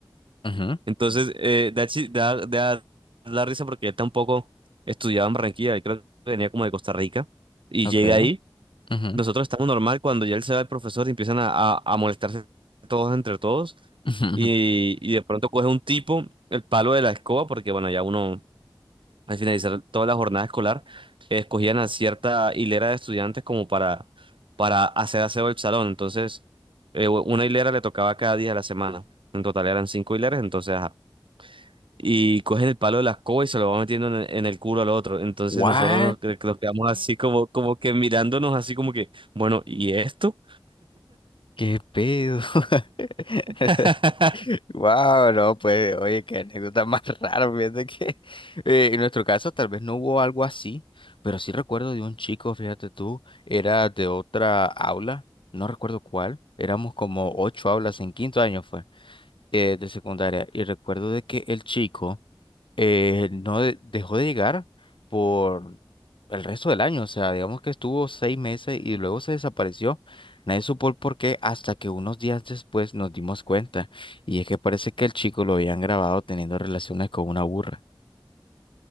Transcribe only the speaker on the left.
ujú,
Okay.
ujú,
ujú, <laughs>
ujú.
What?
¿Qué pedo? <laughs>
Wow, no, pues, oye, qué anécdota más rara, fíjate que eh, en nuestro caso tal vez no hubo algo así, pero sí recuerdo de un chico, fíjate tú, era de otra aula, no recuerdo cuál, éramos como ocho aulas en quinto año fue, eh, de secundaria, y recuerdo de que el chico eh, no de- dejó de llegar por el resto del año, o sea, digamos que estuvo seis meses y luego se desapareció. Nadie supo el por qué hasta que unos días después nos dimos cuenta. Y es que parece que el chico lo habían grabado teniendo relaciones con una burra.